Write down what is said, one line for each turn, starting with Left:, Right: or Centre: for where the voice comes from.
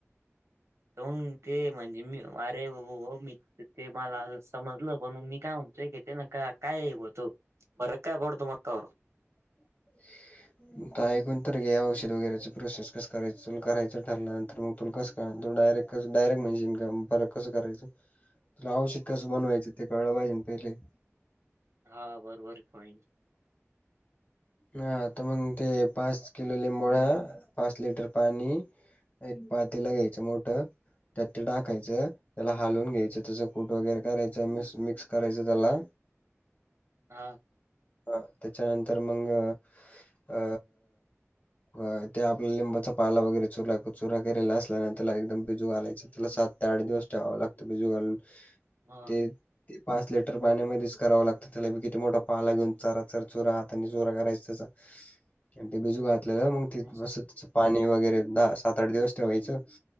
Right: तर ते म्हणजे मी अरे बा हो मी ते मला समजलं पण म मी काय म्हणतो की तेन क-काय होत फरक काय पडत मक्कावर.
Left: <unintelligible> ऐकून तर घे औषध वगैरेची प्रोसेस कस करायच तु करायचं ठरलंनंतर मग तुला कस त्यानंतर डायरेक्ट क डायरेक्ट मशिन फरक कस करायचं. तुला औषध कसं बनवायचं ते कळलं पाहिजे पहिले.
Right: हा बरोबर प्वाइंट.
Left: ह त मग तेे पाच किलो लिंमबोडा, पाच लिटर पाणी, - एक पातील घ्याचं मोठं त्यात ते टाकायचं त्याला हालून घ्यायचं त्याचं कूट वगैरे करायचं म्स मिक्स करायचं त्याला. <inaudible>
Right: हा
Left: हा, त्याच्यानंतर मग अ व्हय, ते आपला लिंबाचा पाला वगैरे चुरा चोरा करेल न असल्या त्याला एकदम बिजू घालायचं. त्याला सात ते आठ दिवस ठेवावं लागतं बिजू घालून
Right: हा
Left: ते. ते पाच लिटर पाण्यामध्येच कराव लागत त्यालाी किती मोठा पाला घेऊन चारा चर चोरा हात आणि जोरा करायच त्याचा आणि ते बिजू घातलेला म
Right: हं.
Left: बसत पाणी वगैरे दहा, सात-आठ दिवस ठेवायचं.